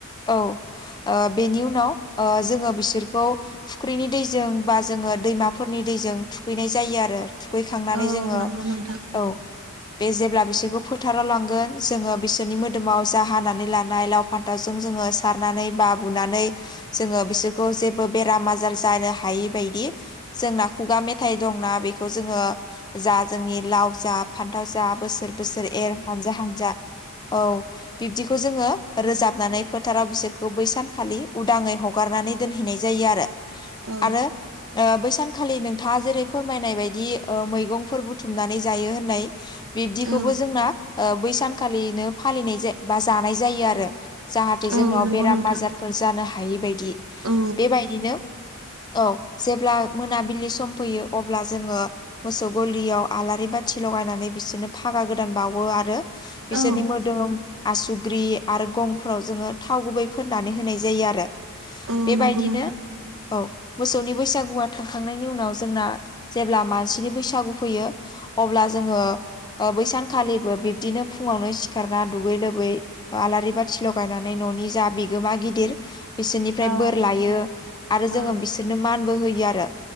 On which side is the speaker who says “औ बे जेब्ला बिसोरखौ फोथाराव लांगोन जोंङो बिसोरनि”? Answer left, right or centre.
Left